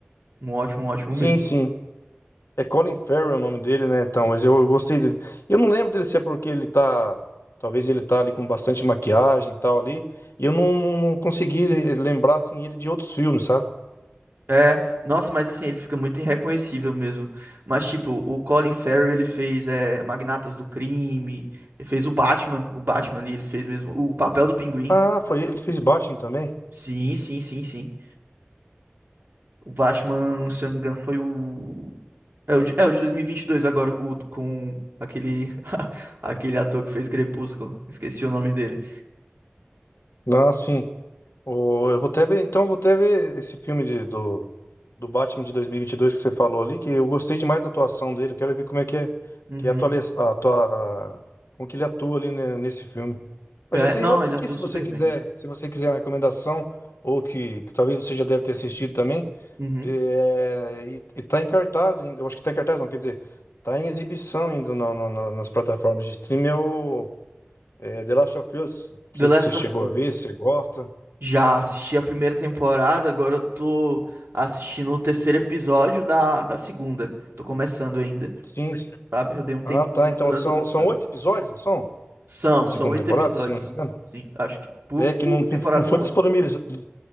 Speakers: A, on the right (about 65°); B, on the left (about 85°).
A: Um ótimo, um ótimo
B: Sim,
A: mesmo.
B: sim. É Colin Farrell é o nome dele, né? Então, mas eu gostei dele. Eu não lembro dele se é porque ele tá. Talvez ele tá ali com bastante maquiagem e tal ali. E eu não, não- não consegui lembrar assim ele de outros filmes, sabe?
A: É, nossa, mas assim, ele fica muito irreconhecível mesmo. Mas, tipo, o Colin Farrell, ele fez é, Magnatas do Crime, ele fez o Batman, o Batman ali, ele fez mesmo o papel do Pinguim.
B: Ah, foi ele, ele fez Batman também.
A: Sim, sim, sim, sim. O Batman, se eu não me engano, foi o... É o de, é o de 2022 agora, com, o- com aquele, <laughs> aquele ator que fez Crepúsculo. Esqueci o nome dele.
B: Ah, sim. O- eu vou até ver, então eu vou até ver esse filme de- do, do Batman de dois mil e e vinte e dois que você falou ali, que eu gostei demais da atuação dele. Quero ver como é que é,
A: Uhum.
B: que é a atuali- a atua- a- como que ele atua ali né, nesse filme. Mas
A: É,
B: eu tenho
A: não,
B: outro
A: ele
B: aqui,
A: atua
B: se
A: super
B: você quiser,
A: bem.
B: se você quiser uma recomendação, ou que, que talvez você já deve ter assistido também,
A: Uhum.
B: é, e, e tá em cartaz ainda, eu acho que tá em cartaz não, quer dizer, tá em exibição ainda no- no- no- nas plataformas de streaming, é o é, The Last of Us. Não sei
A: The Last
B: se você chegou
A: of Us.
B: a ver, se você gosta.
A: Já assisti a primeira temporada, agora eu tô assistindo o terceiro episódio da, da segunda. Tô começando ainda,
B: Sim,
A: sabe? Eu dei um tempinho,
B: Ah, tá.
A: mas
B: Então
A: agora
B: são,
A: eu tô voltando.
B: são oito episódios, não são?
A: São,
B: Da segunda
A: são oito
B: temporada,
A: episódios.
B: se não me engano.
A: Sim, acho que por,
B: É que
A: por
B: não, não
A: temporada
B: não
A: são
B: foi disponibilizado.
A: oito.